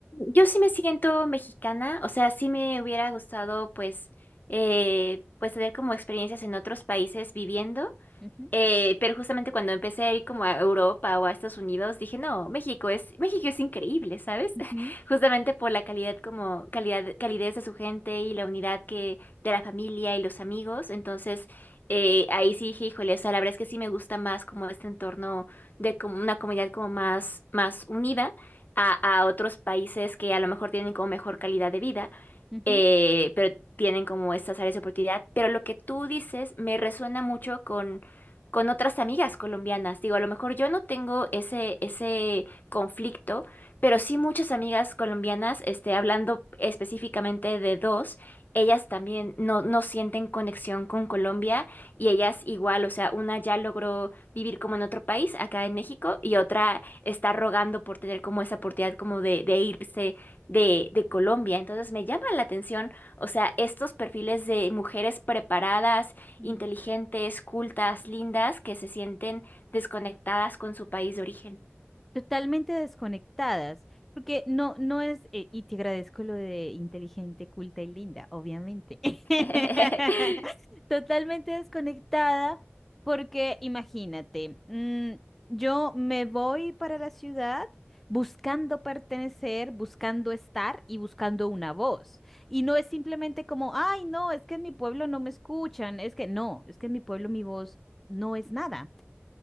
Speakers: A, on the left; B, in the centre.
A: Yo sí me siento mexicana, o sea, sí me hubiera gustado pues, eh, pues tener como experiencias en otros países viviendo.
B: Ujú,
A: Eh, pero justamente cuando empecé a ir como a Europa o a Estados Unidos, dije, no, México es, México es increíble, ¿sabes? <laughs>
B: Ujú.
A: Justamente por la calidad como, calidad, calidez de su gente y la unidad que, de la familia y los amigos. Entonces, eh, ahí sí dije, híjole, o sea, la verdad es que sí me gusta más como este entorno de como una comunidad como más, más unida a, a otros países que a lo mejor tienen como mejor calidad de vida
B: ujú,
A: eh, pero tienen como estas áreas de oportunidad. Pero lo que tú dices me resuena mucho con, con otras amigas colombianas. Digo, a lo mejor yo no tengo ese, ese conflicto, pero sí muchas amigas colombianas, este, hablando específicamente de dos, ellas también no, no sienten conexión con Colombia y ellas igual, o sea, una ya logró vivir como en otro país, acá en México, y otra está rogando por tener como esa oportunidad como de, de irse de, de Colombia. Entonces me llama la atención, o sea, estos perfiles de mujeres preparadas,
B: ujú.
A: inteligentes, cultas, lindas, que se sienten desconectadas con su país de origen.
B: Totalmente desconectadas, porque no, no es, eh, y te agradezco lo de inteligente, culta y linda, obviamente. <laughs>
A: <laughs>
B: Totalmente desconectada, porque imagínate, mm, yo me voy para la ciudad buscando pertenecer, buscando estar y buscando una voz. Y no es simplemente como, ay, no, es que en mi pueblo no me escuchan, es que no, es que en mi pueblo mi voz no es nada.